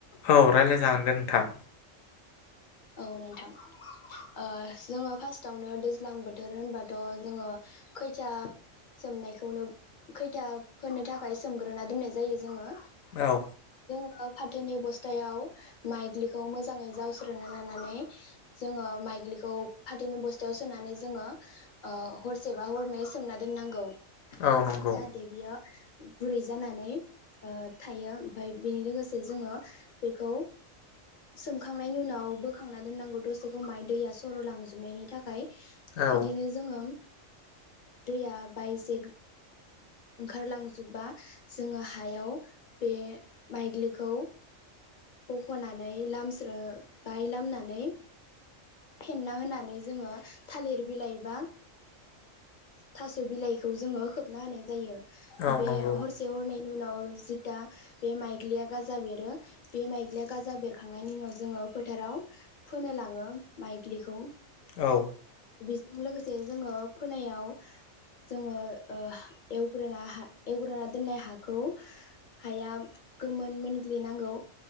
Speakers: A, on the left (about 80°); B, on the left (about 55°).
A: औ रायज्लाय जागोन दे नोंथां।
B: औ नोंथां ओ जोङो फार्स्टआवनो दैज्लां बोथोर होनबाथ' जोङो खैथिया सोमनायखौनो खैथिया फोनो थाखाय सोमग्रोना दोननाय जायो जोङो
A: औ।
B: ओ फाथोनि बस्थायाव माइज्लिखौ मोजाङै जावस ना लानानै जोङो माइज्लिखौ फाथोनि बस्थायाव सोनानै जोङो हरसेबा हरनै सोमना दोननांगौ।
A: औ नंगौ
B: जाहथे बेयो गुरै जानानै ओ थायो ओमफ्राय बेनि लोगोसे जोङो बेखौ सोमखां नायनि उनाव बोखांना दोननांगौ दसेखौ माय दैया सर' लांजोबनायनि थाखाय।
A: औ
B: बिदिनो जोङो ओ दैया बायसे ओंखारलांजोबा जोङो हायाव बे माइज्लिखौ बख'नानै लामस्रो बाय लामनानै फेनना होनानै जोङो थालिर बिलाइ बा थास' बिलाइखौ जोङो खोबना होनाय जायो।
A: औ
B: बे
A: नंगौ
B: हरसे हरनै नि उनाव जितिया बे माइग्लिया गाजा बेरो बे माइग्लिया गाजा बेरखांनायनि उनाव जोङो फोथाराव फोनो लाङो माइग्लिखौ
A: औ।
B: लोगोसे जोङो फोनायाव जोङो ओ एवग्रोना एवग्रोना दोननाय हाखौ हाया गोमोन मोनग्लिनांगौ